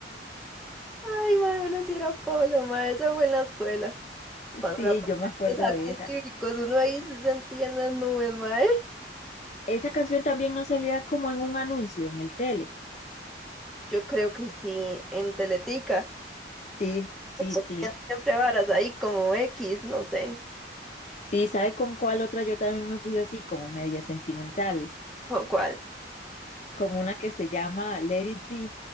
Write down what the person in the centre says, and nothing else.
Ay, mae, bueno, si era Polo, mae, eso fue en la escuela. Cuando
la ponían
en los actos
cívicos, uno ahí se sentía en las nubes, mae.
Yo creo que sí, en Teletica.
O
Siempre varas ahí como X, no sé,
¿con cuál?